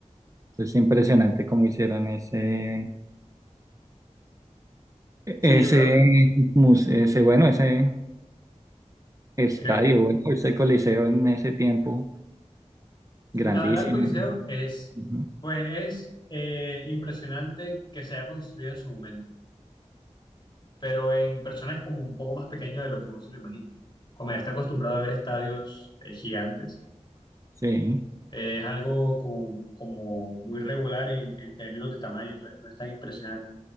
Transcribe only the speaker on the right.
es impresionante cómo hicieron ese, ese,
muse- ese, bueno, ese estadio,
bueno, ese Coliseo en ese tiempo, grandísimo.
Ujú.
Sí.